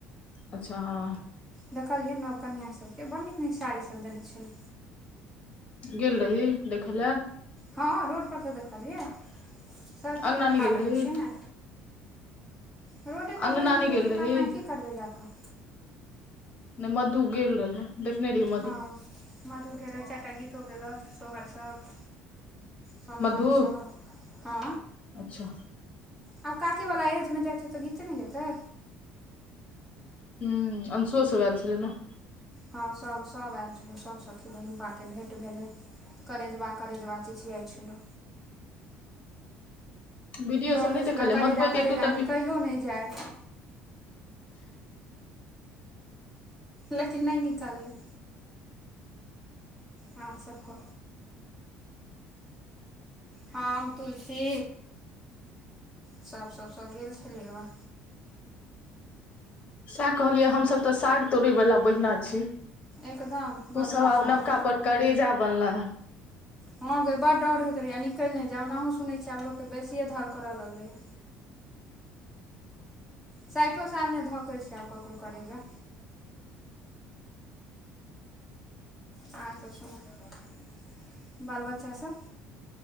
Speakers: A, on the left; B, in the centre.
A: अच्छा हँ
B: देखलियै नव कनियाँ सभके बड्ड नीक नीक साड़ीसब देने छल
A: गेल रही देखय लए
B: हँ रोड पर सँ देखलियै सड़के
A: अङ्गना
B: पर
A: नहि
B: ठार
A: गेल
B: रहै
A: रही
B: छियै ने रोडे पर
A: अङ्गना
B: भरि दिन
A: नहि
B: रहैत
A: गेल
B: छै
A: रही
B: तऽ अङगनाी करबै जा कऽ
A: नहि मधु गेल रहै देखने र
B: हँ मधु गेलै चाइरटा गीतो गेले सोहरसभ समगम
A: मधु
B: सब ह
A: अच्छा
B: आब काकी वला एजमे जाइ छै तऽ गीते ने गेतै
A: ह अंशु सब वएल छलै ने
B: हँ सभ सभ आयल छलहु सभ सखी बहिन पाके भेट भेलै करेजबा करेजबा चिछियाइ छलौ
A: वीडियो
B: डर
A: सब
B: होइ
A: नहि
B: छले
A: देखल या
B: करेजा
A: मधुए के
B: तरेजा
A: एक दूटा
B: निकलो नहि जाइ लेकिन नै निकलले अहाँ सबके हाम तुलसी सभ सब सभ गेल छलै वा
A: सएह कहलियै हमसभ तऽ साग तोड़य वाला बहिना छी
B: एकदम
A: तूसभ
B: बथुआ
A: आब
B: साग
A: नवका पर करेजा बला
B: हँ गै बड डर होइत रहै आ निकल नै जाउ ओनाहु सुनै छियै आब लोक के बेसिए धर करय लगलैए साठि साल नहि धकैत छै आब ककरो करैजा आहां सब सुनु बाल बच्चा सब